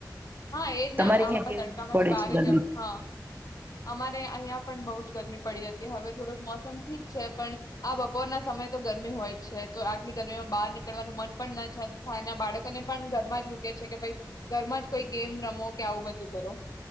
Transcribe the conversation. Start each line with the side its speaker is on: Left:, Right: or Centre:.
Left: હા, એજ ના
Right: તમારે
Left: આવા
Right: ક્યાં કેવી
Left: તડકામાં
Right: પડે
Left: તો બારે
Right: છે ગરમી
Left: જવ હા. અમારે અહીયા પણ બહુ જ ગરમી પડી હતી. હવે થોડુંક મોસમ ઠીક છે, પણ આ બપોરના સમય તો ગરમી હોય જ છે. તો આટલી ગરમીમાં બહાર નીકળવાનું મન પણ ના છ થાય. આ બાળકોને પણ ઘરમાં જ મૂકે છે કે ભઈ ઘરમાં જ કોઈ ગેમ રમો કે આવું બધું કરો.